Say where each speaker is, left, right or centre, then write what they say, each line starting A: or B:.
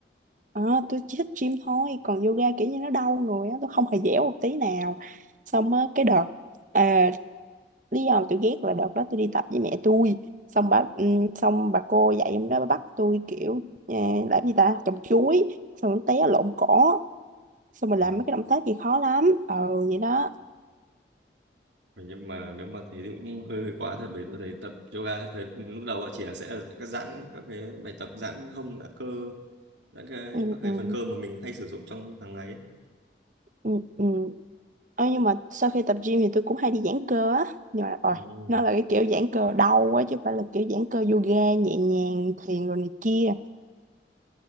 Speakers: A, on the right; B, on the right.
A: À, tôi chỉ thích gym thôi còn yoga kiểu như nó đau người á tôi không hề dẻo một tí nào xong á, cái đợt à, lý do mà tôi ghét là đợt đó tôi đi tập với mẹ tôi xong bà ừm, xong bà cô dạy em đó bà bắt tôi kiểu ờ, làm gì ta trồng chuối xong nó té lộn cỏ xong mình
B: ờ.
A: làm mấy cái động tác gì khó lắm ờ vậy đó
B: Vậy nhưng mà nếu mà thế thì cũng hơi, hơi quá thật bởi tôi thấy tập yoga thời lúc đầu á, chỉ là sẽ là các giãn các cái bài tập giãn hông giãn cơ giãn cái
A: ừ,
B: các cái
A: ừ,
B: phần cơ mà mình hay sử dụng trong hàng ngày ấy.
A: ừ, ừ. Ờ, nhưng mà sau khi tập gym thì tôi cũng hay đi giãn cơ á nhưng mà rồi
B: Ừ.
A: nó là cái kiểu giãn cơ đau quá chứ không phải là kiểu giãn cơ yoga nhẹ nhàng thiền rồi này kia